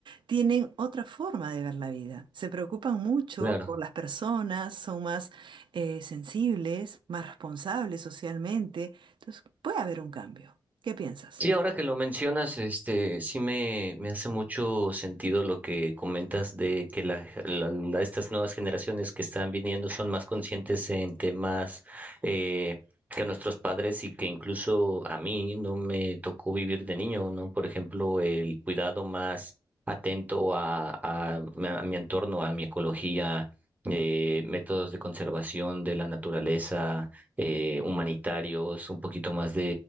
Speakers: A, on the right; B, on the right.
A: tienen otra forma de ver la vida. Se preocupan mucho
B: Claro.
A: por las personas, son más eh, sensibles, más responsables socialmente. Entonces, puede haber un cambio. ¿Qué piensas?
B: Sí, ahora que lo mencionas, este, sí me, me hace mucho sentido lo que comentas de que la, la- la- estas nuevas generaciones que están viniendo son más conscientes en temas eh, que nuestros padres y que incluso a mí no me tocó vivir de niño, ¿no? Por ejemplo, el cuidado más atento a, a mi a mi entorno, a mi ecología, eh, métodos de conservación de la naturaleza, eh, humanitarios, un poquito más